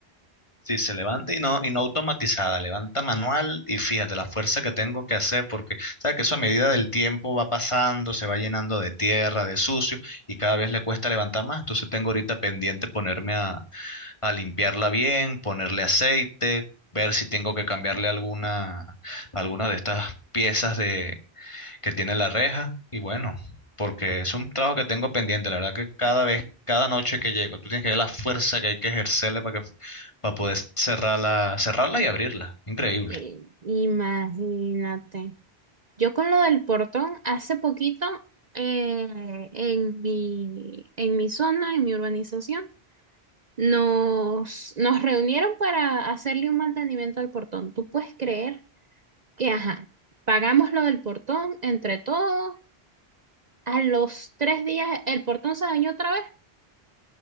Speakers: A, on the left; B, on the right.
A: Sí, se levanta y no, y no automatizada, levanta manual y fíjate la fuerza que tengo que hacer porque, sabes que eso a medida del tiempo va pasando, se va llenando de tierra, de sucio y cada vez le cuesta levantar más. Entonces tengo ahorita pendiente ponerme a a limpiarla bien, ponerle aceite, ver si tengo que cambiarle alguna, alguna de estas piezas de, que tiene la reja. Y bueno, porque es un trabajo que tengo pendiente, la verdad que cada vez, cada noche que llego, tú tienes que ver la fuerza que hay que ejercerle para que, para poder cerrarla, cerrarla y abrirla. Increíble.
B: Eh, imagínate. Yo con lo del portón, hace poquito, eh, en mi, en mi zona, en mi urbanización, Nos, nos reunieron para hacerle un mantenimiento al portón. ¿Tú puedes creer que, ajá, pagamos lo del portón entre todos? A los tres días el portón se dañó otra vez.